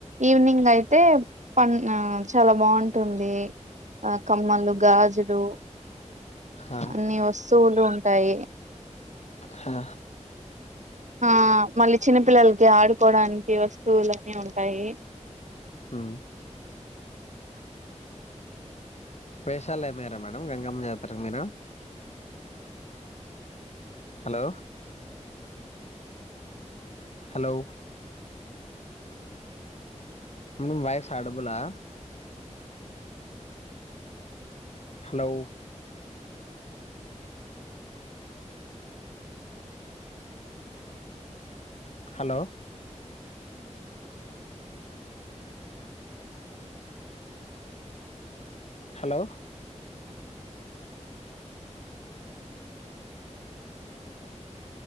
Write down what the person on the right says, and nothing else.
ఈవినింగ్ అయితే పండుగా చాలా బాగుంటా బాగుంటుంది ఆ కమ్మలు గాజులు
అన్ని వస్తువులు ఉన్ ఉంటాయి
ఆ మళ్ళీ చిన్నపిల్లలకి ఆడుకోడానికి వస్తువులనీ ఉంటాయి